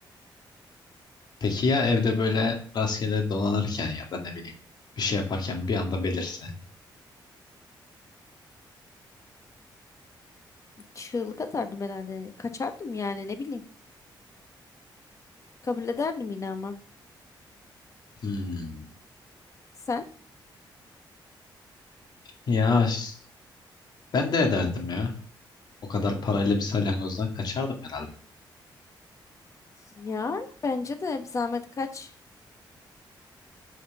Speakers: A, on the left; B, on the left.
A: peki ya evde böyle rastgele dolanırken ya da ne bileyim bir şey yaparken bir anda belirse?
B: Çığlık atardım herhalde. Kaçardım yani ne bileyim. Kabul ederdim yine ama.
A: Hmm.
B: Sen?
A: Ya ş- ben de ederdim ya. O kadar parayla bir salyangozdan kaçardım herhalde.
B: Yani bence de zahmet kaç.